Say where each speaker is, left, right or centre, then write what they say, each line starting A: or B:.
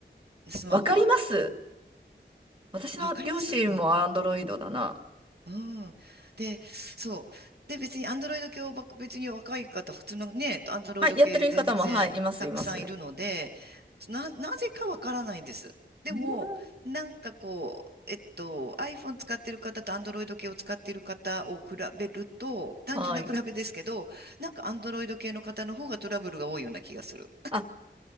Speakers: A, on the right; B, on the right.
A: スマホは。
B: わかります私の両親もアンドロイドだな。
A: あわかりますうん。うん。で、そう。で、別にアンドロイド系をばっか、別に若い方、普通のね、アンドロイド系で全然たくさんいるので、
B: はい、やってる方も、はい、います、います。
A: な、なぜかわからないんです。でも、
B: うん
A: なんかこう、えっと、iPhone 使ってる方と Android 系を使ってる方を比べると、単純な比べですけど、
B: はい。
A: なんか Android 系の方の方がトラブルが多いような気がする。
B: あ、